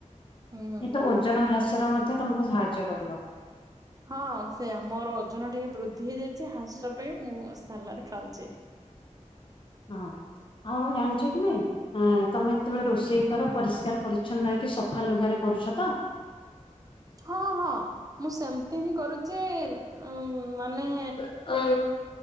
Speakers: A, on the right; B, on the left.
A: ହୁଁ।
B: ଏ ତ ଓଜନ ହ୍ରାସରେ ମଧ୍ୟ ତମକୁ ସାହାଯ୍ୟ କରିବ।
A: ହଁ ସେଇଆ ମୋର ଓଜନ ଟିକେ ବୃଦ୍ଧି ହେଇ ଯାଇଛି ହ୍ରାସ ପାଇଁ ମୁଁ ସାଲାଡ ଖାଉଛି।
B: ହଉ ଆଉ ଜାଣିଛ କି ନାଇଁ। ହଁ ତମେ ଯେତେବେଳେ ରୋଷେଇ କର ପରିଷ୍କାର ପରିଚ୍ଛନ୍ନ ରଇକି ସଫା ଲୁଗାରେ କରୁଛ ତ?
A: ହଁ ହଁ ମୁଁ ସେମତି ହିଁ କରୁଛି ଉଁ ମାନେ।
B: ଉ।